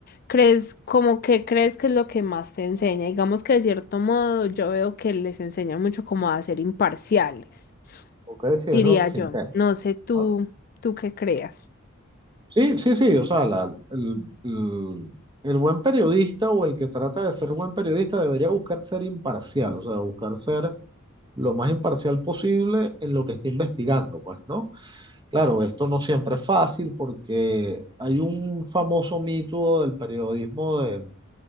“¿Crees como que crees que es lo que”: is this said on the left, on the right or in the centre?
Left